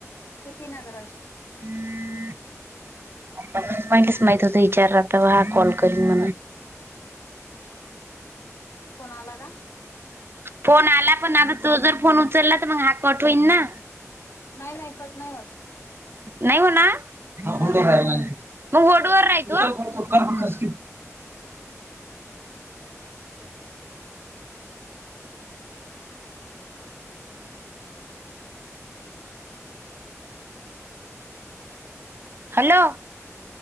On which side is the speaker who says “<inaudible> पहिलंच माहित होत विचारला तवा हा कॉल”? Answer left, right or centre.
Right